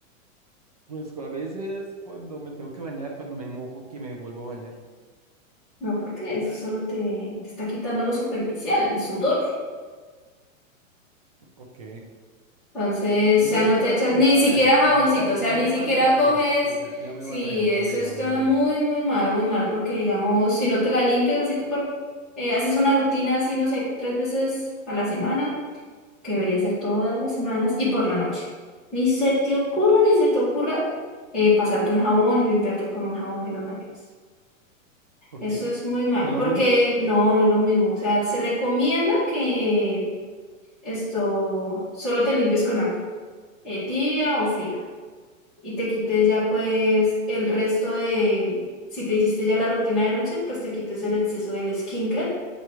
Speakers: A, on the right; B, in the centre.
A: Pues a veces cuando me tengo que bañar, cuando me mojo, que me vuelvo a bañar.
B: No, porque eso solo te, te está quitando lo superficial, el sudor.
A: Ok.
B: Entonces,
A: Entonces,
B: o sea, no
A: ¿qué
B: te
A: me
B: echas
A: recomienda?
B: ni siquiera
A: A ver,
B: jaboncito,
A: a ver, ya me,
B: o sea,
A: ya
B: ni
A: me
B: siquiera
A: va a regañar.
B: coges.
A: Sí, ya, ya me
B: Sí,
A: va a regañar,
B: eso
A: dígame,
B: está
A: a ver.
B: muy, muy mal, muy mal, porque digamos, si no te la limpias así tú por, eh, haces una rutina así, no sé, tres veces a la semana. que debería ser todas las semanas, y por la noche. Ni se te ocurra, ni se te ocurra eh, pasarte un jabón y limpiarte con un jabón en las mañanas.
A: ¿Por
B: Eso
A: qué?
B: es muy malo,
A: ¿Lo
B: porque
A: mismo?
B: no, no es lo mismo. O sea, se recomienda que esto solo te limpies con agua, eh, tibia o fría, y te quites ya pues el resto de, si te hiciste ya la rutina de noche, pues te quites el exceso del skincare